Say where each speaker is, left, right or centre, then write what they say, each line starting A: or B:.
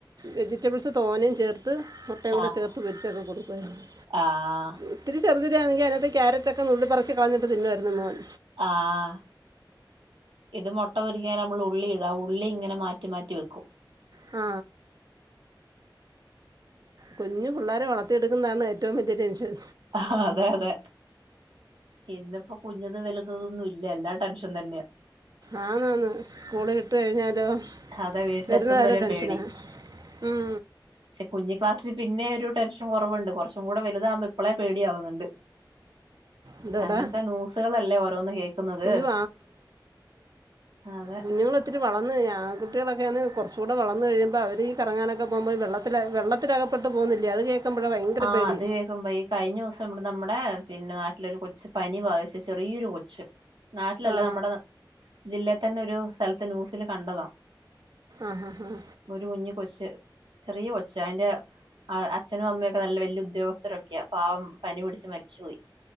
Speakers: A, on the right (about 50°); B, on the right (about 75°).
A: വെജിറ്റബിൾസ് തോനിം ചേർത്ത് മൊട്ടയും കൂടെ
B: ആഹ്
A: ചേർത്ത് പൊരിച്ചൊക്കെ കൊടുക്കായ്രുന്നു
B: ആഹ്
A: ഇത്തിരി ചെറുതിലേ <unintelligible> അയിനകത്തെ ക്യാരറ്റൊക്കെ നുള്ളി പറിക്ക്‌ കളഞ്ഞി്ട്ട് തിന്നുമായിരുന്നു മോൻ
B: ആഹ് ഇത് മൊട്ട പൊരിക്ക്യാന് നമ്മള് ഉള്ളി ഇടാ ആ ഉള്ളി ഇങ്ങനെ മാറ്റി മാറ്റി വെക്കും
A: ആ കുഞ്ഞ് പിള്ളേരെ വളർത്തിയെടുക്കുന്നതാണ് ഏറ്റവും വലിയ ടെൻഷൻ
B: അഹാ അതെ അതെ ഇന്ന്പ്പോ കുഞ്ഞത് വല്ത് നൊന്നും ഇല്ല എല്ലാ ടെൻഷൻ തന്നെയാ
A: ആ നന്ന് സ്കൂളി വിട്ട് കഴിഞ്ഞാലോ
B: അതെ വീട്ടിലെത്തും
A: വരുന്ന വരെ ടെൻഷന
B: പേടി
A: ഉം
B: പക്ഷെ കുഞ്ഞി ക്ലാസ്സില് പിന്നെ ഒരു ടെൻഷൻ കൊറവുണ്ട് കുറച്ചും കൂടെ വലുതാവുമ്പോ ഇപ്പളേ പേടിയാവുന്നുണ്ട്
A: എന്താടാ
B: അങ്ങൻത്തെ ന്യൂസുകളല്ലേ ഓരോന്ന് കേക്കുന്നത്
A: അയ്യോ
B: അതെ
A: കുഞ്ഞുങ്ങള ഒത്തിരി വളന്ന് ആ കുട്ടികളൊക്കെയാണ്ന്ന് കുറച്ച കൂടെ വർന്ന് കഴിയുമ്പോൾ അവർഈറങ്ങാനൊക്കെ പോക്പൾ വെള്ളെ വെള്ള ഒത്തിരികപ്പെട്ട് പോകുന്നില്ല അത് കേൾക്കുമ്പോഴാണ് ഭയങ്കര
B: ആഹ്
A: പേടി
B: അത് കേൾക്കുമ്പോ ഈ കഴിഞ്ഞ ദിവസം ഇവിടെ നമ്മുടെ പിന്നെ നാട്ടിലൊരു കൊച്ച് പനി ബാധിച്ച് ചെറിയൊരു കൊച്ച് നാട്ടിലല്ല
A: ആ
B: നമ്മുടെ ജില്ലയ തന്നെ ഒരു സ്ഥലത്ത് ന്യൂസില് കണ്ടതാണ്
A: ആഹ് ആ ആഹ്
B: ഒരു കുഞ്ഞഞ് കൊച്ച് ചെറിയ കൊച്ച് അയിന്റെ അച്ഛനും അമ്മയൊക്കെ ഒ നല്ല വലയ ഉദ്യോഗസ്ഥരൊക്കെയാ പാവം പനി പിടിച്ച് മരിച്ചുപോയി